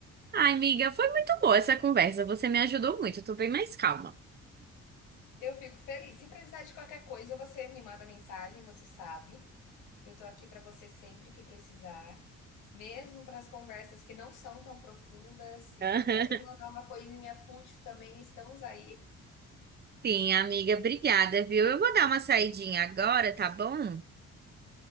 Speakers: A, on the right; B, on the left.
A: Ai, amiga, foi muito boa essa conversa. Você me ajudou muito, eu tô bem mais calma.
B: Eu fico feliz. Se precisar de qualquer coisa, você me manda mensagem, você sabe. Eu tô aqui para você sempre que precisar, mesmo para as conversas que não são tão profundas. Se
A: <laughs>
B: quiser me mandar uma coisinha fútil também, estamos aí.
A: Sim, amiga, obrigada, viu? Eu vou dar uma saidinha agora, tá bom?